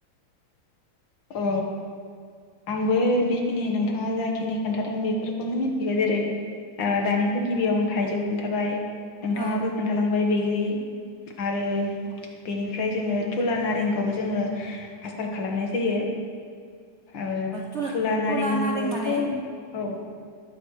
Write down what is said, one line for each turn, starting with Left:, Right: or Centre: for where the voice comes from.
Left: अ आंबो बेखिनि नोंथाङा जाखिनि खोन्थादों बेफोरखौनो मिथिगौ जेरै दानिथ गिबियाव थाइजौ खोन्थाबाय नोंथाङाबो
Right: औ
Left: खोन्थालांबाय बैग्रि आरो
Right: ओ
Left: बेनिफ्राय जोङो थुला नारें खौबो जोङो आसार खालामनाय जायो आ
Right: तुला
Left: थुला नारेंखौथ
Right: तुला नारें माने
Left: औ